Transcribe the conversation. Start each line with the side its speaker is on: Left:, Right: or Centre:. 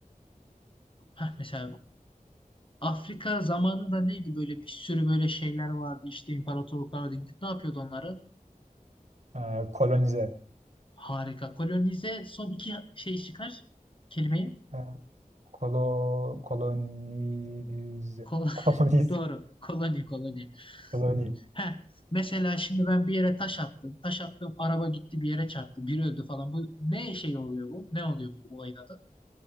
Left: ha mesela Afrika zamanında neydi böyle bir sürü böyle şeyler vardı işte imparatorluklar vardı. Gidip ne yapıyordu onları?
Right: Ee, kolonize.
Left: Harika. Kolonize son iki şey çıkar. Kelimeyi.
Right: Ee, Kolo, koloniz,
Left: Kol <laughs>
Right: koloniz,
Left: Doğru. Koloni koloni.
Right: koloni,
Left: Heh. Mesela şimdi ben bir yere taş attım. Taş attım araba gitti bir yere çarptı. Biri öldü falan. Bu ne şey oluyor bu? Ne oluyor bu olayın adı?